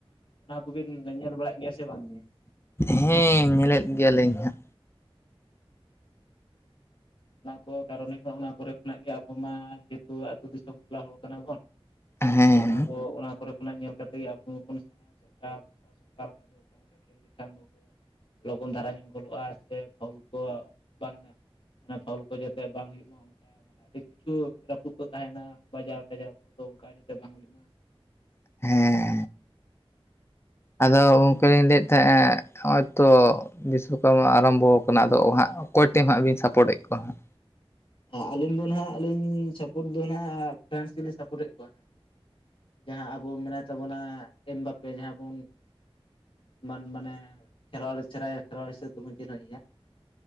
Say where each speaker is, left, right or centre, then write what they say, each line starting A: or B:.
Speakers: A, on the left; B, on the left.
A: ᱦᱩᱸ ᱱᱚᱣᱟ ᱠᱚᱜᱮᱵᱤᱱ ᱧᱮᱧᱮᱞ ᱵᱟᱲᱟᱜ ᱜᱮᱭᱟ ᱥᱮ ᱵᱟᱝ ᱜᱮ᱾
B: ᱦᱮᱸ ᱧᱮᱞᱮᱫ ᱜᱮᱭᱟᱞᱤᱧ ᱦᱟᱸᱜ
A: ᱚᱱᱟ ᱠᱚ ᱠᱟᱨᱚᱱ ᱦᱩᱭᱩᱜ ᱚᱱᱟ ᱠᱚᱨᱮ ᱠᱷᱚᱱᱟᱜ ᱜᱮ ᱟᱵᱚ ᱢᱟ ᱡᱮᱦᱮᱛᱩ ᱟᱹᱛᱩ ᱫᱤᱥᱚᱢ ᱴᱚᱞᱟ ᱦᱚᱲ ᱠᱟᱱᱟ ᱵᱚᱱ᱾
B: ᱦᱟᱸᱜ ᱦᱮᱸ
A: ᱟᱫᱚ ᱚᱱᱟ ᱠᱚ ᱚᱱᱟ ᱠᱚᱨᱮᱼᱼ ᱚᱱᱟ ᱧᱮᱞ ᱠᱟᱛᱮ ᱜᱮ ᱟᱵᱚᱵᱚᱱ <inaudible> ᱥᱮᱬᱟᱭᱟ ᱥᱮ ᱚᱠᱟ ᱚᱠᱟ ᱚᱠᱟ ᱞᱮᱠᱟ ᱫᱚ ᱚᱠᱟᱼᱼ ᱠᱷᱮᱞ ᱞᱮᱠᱷᱟᱱ ᱫᱚ ᱞᱚᱜᱚᱱ ᱫᱷᱟᱨᱟ ᱧᱚᱜ ᱜᱚᱞᱚᱜᱼᱟ ᱥᱮ ᱯᱷᱚᱞ ᱠᱚ ᱵᱟᱝᱟ ᱚᱱᱟ ᱯᱷᱚᱟᱣᱩᱞ ᱠᱚ ᱡᱟᱛᱮ ᱵᱟᱝ ᱦᱩᱭᱩᱜ ᱢᱟ <unintelligible> ᱟᱹᱰᱤ ᱠᱤᱪᱷᱩ ᱨᱟᱹᱯᱩᱫ ᱠᱚ ᱛᱟᱦᱮᱱᱟ ᱵᱟᱡᱟᱣ ᱴᱟᱡᱟᱣ ᱠᱚ ᱫᱚ ᱚᱱᱠᱟ ᱡᱟᱛᱮ ᱵᱟᱝ ᱦᱩᱭᱩᱜ ᱢᱟ᱾
B: ᱦᱮᱸ ᱾ ᱟᱫᱚ ᱜᱚᱝᱠᱮ ᱞᱤᱧ ᱞᱟᱹᱭᱮᱫ ᱛᱟᱦᱮᱸᱜᱼᱟ ᱦᱚᱹᱜᱼᱚᱭ ᱛᱚ ᱵᱤᱥᱥᱚᱠᱚᱨᱢᱟ ᱟᱨᱟᱢᱵᱚᱣ ᱠᱟᱱᱟ ᱟᱫᱚ ᱦᱟᱸᱜᱼᱼ ᱚᱠᱚᱭ ᱴᱤᱢ ᱦᱟᱸᱜ ᱵᱤᱱ ᱥᱟᱯᱚᱴᱮᱫ ᱠᱚᱣᱟ ᱦᱟᱸᱜ?
A: ᱮ ᱟᱞᱤᱧ ᱫᱚ ᱱᱟᱜ ᱟᱹᱞᱤᱧ ᱥᱟᱯᱳᱨᱴ ᱫᱚ ᱱᱟᱜ ᱯᱷᱨᱟᱱᱥ ᱜᱮᱞᱤᱧ ᱥᱟᱯᱚᱨᱴᱮᱫ ᱠᱚᱣᱟ᱾ ᱡᱟᱦᱟᱸ ᱟᱵᱚ ᱢᱮᱱᱟᱭ ᱛᱟᱵᱚᱱᱟ ᱮᱢ ᱵᱟᱯᱮ ᱡᱟᱦᱟᱸ ᱵᱚᱱᱼᱼ ᱢᱟᱱ ᱢᱟᱱᱮ ᱠᱷᱮᱞᱣᱟᱲ ᱥᱮᱨᱟ ᱠᱷᱮᱞᱣᱟᱲ ᱦᱤᱸᱥᱟᱹᱵ ᱛᱮᱵᱚᱱ ᱪᱤᱱᱦᱟᱹᱣ ᱮᱭᱟ᱾